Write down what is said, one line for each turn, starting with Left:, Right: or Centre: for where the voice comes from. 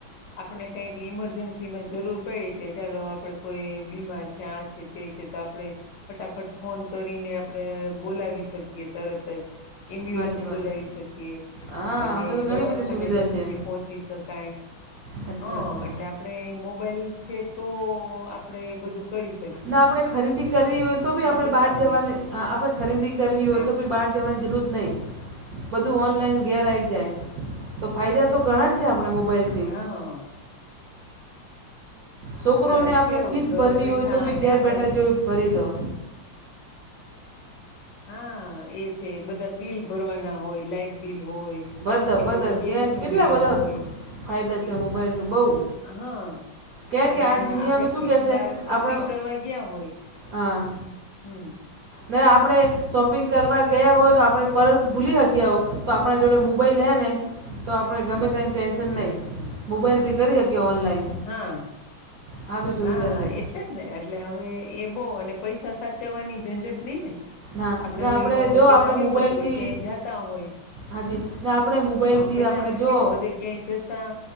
Left: આપણે કાંઈક ઈમરજન્સી માં જરૂર પડી, કે ચાલો આપડે કોઈ બીમાર છે, આ છ છે, તે છે તો આપણે ફટાફટ ફોન કરીને આપણે બોલાવી શકીએ તરત જ. એમ્બ્યુલન્સ
Right: સાચી વાત
Left: બોલાવી શકીએ,
Right: હા
Left: અને
Right: હવે તો ઘણી
Left: દવા
Right: બધી
Left: ખાને
Right: સુવિધા
Left: જલ્દી
Right: છે
Left: થી પહોચી શકાય.
Right: સાચી
Left: હા
Right: વાત છે
Left: એટલે આપણે મોબાઈલ છે તો આપણે એ બધું કરીશ
Right: ના આપણેે ખરીદી કરવી હોય તો બી આપણે
Left: જતા
Right: બહાર
Left: હોય
Right: જવાની આપણે ખરીદી કરવી હોય
Left: હા
Right: તો બી બહાર જવાની જરૂર જ નહી બધું ઓનલાઈન ઘેર આયી જાય. તો ફાયદા તો ઘણા છે આપણે મોબાઈલ
Left: અ હ
Right: છોકરોને
Left: તો
Right: આપણે
Left: કેવું
Right: ફીસ
Left: ઘર
Right: ભરવી
Left: બેઠા
Right: હોય તો ભી
Left: અને
Right: ઘેર
Left: આપણે
Right: બેઠા જોઈ ભરી દો.
Left: હા એ છે. બધા બિલ ભરવાના હોય લાાઈટ બિલ હોય.
Right: બધા
Left: કે
Right: બધા
Left: પછી ગેસ
Right: ક્યાં
Left: નું
Right: કેટલા
Left: બિલ
Right: બધા
Left: હોય.
Right: ફાયદા
Left: કે
Right: છે મોબાઈલથી બહુ
Left: હા
Right: ક્યાં
Left: અને
Right: કે આ દુનિયામાં
Left: આપડે ક્યાંક
Right: શું કહેશે
Left: બાર શોપિંગ
Right: આપણે
Left: કરવા ગીયા હોય,
Right: હા
Left: હમ.
Right: ને આપણે શોપિંગ કરવા ગયા હોય, તો આપણે પર્સ ભૂલી શક્યા હોય. તો આપણે જોડે મોબાઈલ હે ને. તો આપણે ગમે તે એની ટેન્શન નય.
Left: હમ
Right: મોબાઈલથી કરી શકીએ ઓનલાઈન
Left: હા
Right: આ બી સુવિધા
Left: હા
Right: છે
Left: એટલે જ ને એટલે હવે એ બો અને પૈસા સાચવવાની ઝંઝટ નઇ ને.
Right: ના
Left: આપડે
Right: ને આપણે
Left: પેલ
Right: જો
Left: પેલા
Right: આપણે
Left: કેવું
Right: મોબાઈલથી
Left: હતું કે ક્યાંય જાતા હોય.
Right: હાજી ને આપણે મોબાઈલથી
Left: હ પેલા
Right: આપણે
Left: આપડે
Right: જો
Left: કેવું બધે ક્યાંય જતા